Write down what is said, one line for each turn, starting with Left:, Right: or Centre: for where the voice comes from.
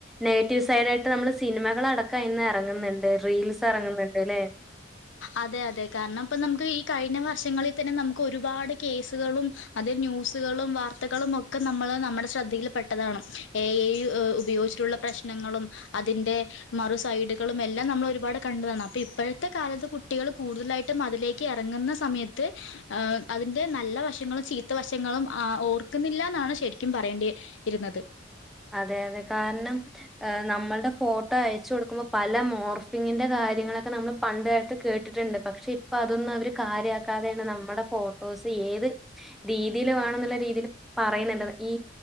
Centre: നെറ്റീവ് സൈഡായ്ട്ട് നമ്മൾ സിനിമകളടക്കം എറങ്ങ്ന്ന്ണ്ട് റീൽസെറങ്ങ്ന്ന്ണ്ട്ലേ
Left: അതെ അതെ കാരണം പ്പം നമുക്ക് ഈ കഴിഞ്ഞ വർഷങ്ങളിൽ തന്നെ നമുക്ക് ഒരുപാട് കേസുകളും അതെ നൂസുകളും വാർത്തകളും ഒക്കെ നമ്മള് നമ്മടെ ശ്രദ്ധയിൽ പെട്ടതാണ് എഐ ഉപയോഗിച്ചിട്ടുള്ള പ്രശ്നങ്ങളും അതിന്റെ മറുസൈഡുകളും എല്ലാം നമ്മൾ ഒരുപാട് കണ്ടതാണ് അപ്പം ഇപ്പോഴത്തെ കാലത്ത് കു ട്ടികൾ കൂടുതലായിട്ടും അതിലേക്ക് ഇറങ്ങുന്ന സമയത്ത് അതിന്റെ നല്ല വശങ്ങളും ചീത്ത വശങ്ങള് ങ്ങളും ഓർക്കുന്നില്ലാന്നാണ് ശെര്ക്കും പറയേണ്ടി ഇരുന്നത്
Centre: അതെ അതെ കാരണം നമ്മള്ടെ ഫോട്ടോ അയച്ച് കൊട്ക്കുമ്പോ പല മോർഫിങ്ങിന്റെ കാ കാര്യങ്ങളൊക്കെ നമ്മൾ പണ്ട് കാലത്ത് കേട്ടിട്ടുണ്ട് പക്ഷെ ഇപ്പതൊന്നവര് കാര്യാക്കാതേണ് നമ്മടെ ഫോട്ടോസ് ഏത് രീതീൽ വേണം ന്ന്ള്ള രീതിയിൽ പറയുന്നുണ്ട്ത് ഈ